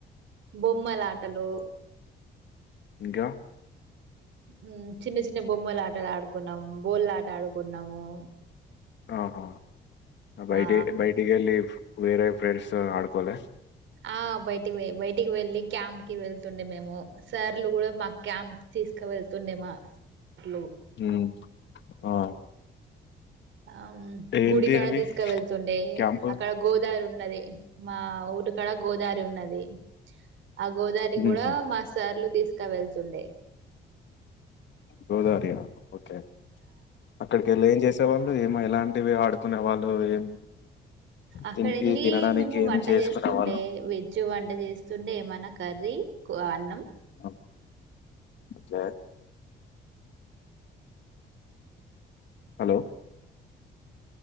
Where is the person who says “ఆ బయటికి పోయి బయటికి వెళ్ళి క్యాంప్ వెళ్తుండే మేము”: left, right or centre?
Right